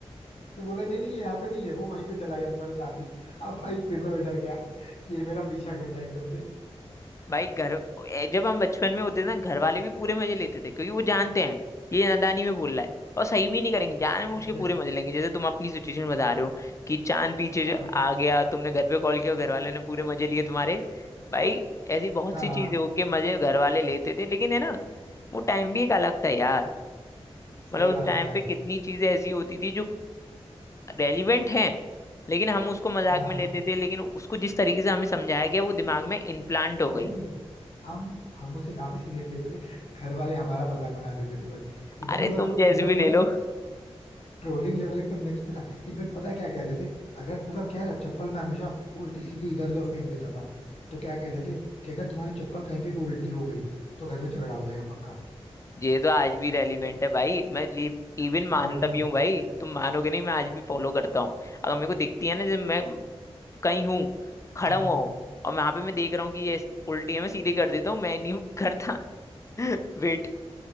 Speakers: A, on the left; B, on the left.
A: तो बोले नहीं नहीं ये यहाँ पे नहीं है वो वहीं पे चला गया तुम्हारे साथ ही अब भाई फिर मैं डर गया कि ये मेरा पीछा कर रहा है एकदम से
B: भाई घर ए, जब हम बचपन में होते थे ना घर वाले भी पूरे मजे लेते थे क्योंकि वो जानते हैं कि ये नादानी में बोल रहा है और सही भी नहीं करेंगे जानबूझ
A: Exactly
B: के पूरे मजे
A: exactly.
B: लेंगे जैसे तुम अपनी सिचुएशन बता रहे हो कि चांद पीछे
A: हाँ
B: जो आ गया तुमने घर पे कॉल किया और घर वाले ने पूरे मजे लिए तुम्हारे भाई ऐसी बहुत
A: हाँ
B: सी
A: हाँ
B: चीजें हो के मजे घर वाले लेते थे लेकिन है ना वो टाइम भी एक अलग था यार
A: सही
B: मतलब
A: बात
B: उस टाइम
A: है यार
B: पे कितनी चीजें ऐसी होती थी जो रेलिवेंट हैं लेकिन हम उसको मजाक
A: हाँ
B: में
A: हाँ
B: लेते थे लेकिन उसको जिस तरीके से हमें समझाया गया वो दिमाग में इम्प्लांट हो
A: नहीं
B: गई
A: नहीं हम हम उसे काफी सीरियस लेते थे घर वाले हमारा मजाक बना देते थे भाई एकदम
B: अरे
A: मतलब
B: तुम
A: जो
B: जैसे
A: मेरा
B: भी
A: वो
B: ले लो
A: ना ट्रोलिंग लेवल एकदम नेक्स्ट पे था इनफेक्ट पता है क्या कहते थे अगर मतलब क्या है ना चप्पल में हमेशा उल्टी सीधी इधर उधर फेंक देता था तो क्या कहते थे कि अगर तुम्हारी चप्पल कहीं पे भी उल्टी हो गई तो घर में झगड़ा हो जाएगा पक्का
B: ये तो आज भी रेलिवेंट है भाई मैं इवन
A: एग्जैक्टली
B: मानता भी हूँ भाई तुम मानोगे नहीं मैं आज भी फॉलो करता हूँ अगर मेरे को दिखती है ना जब मैं कहीं हूँ खड़ा
A: हाँ
B: हुआ हूँ और वहां पे मैं देख रहा हूँ कि ये ऐसे- उल्टी है मैं सीधी कर देता हूँ मैं नहीं करता <laughs> वेट